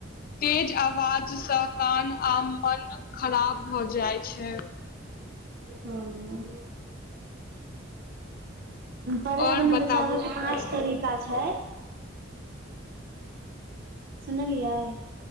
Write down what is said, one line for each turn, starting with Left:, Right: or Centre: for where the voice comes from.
Left: तेज आवाजसँ कान आ पन खराब भऽ जाइ छै
Right: हँ पर्यावरण
Left: और बताबू
Right: बचाबै के पाँच
Left: हँ
Right: तरीका छै सुनलिया